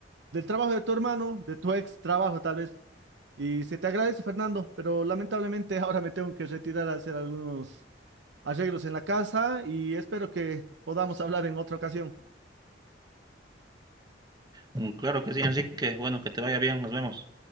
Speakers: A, on the right; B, on the right.
A: del trabajo de tu hermano, de tu ex trabajo tal vez. Y se te agradece, Fernando, pero lamentablemente <laughs> ahora me tengo que retirar a hacer algunos arreglos en la casa y espero que podamos hablar en otra ocasión.
B: Mm, Claro que sí, así que bueno, que te vaya bien, nos vemos.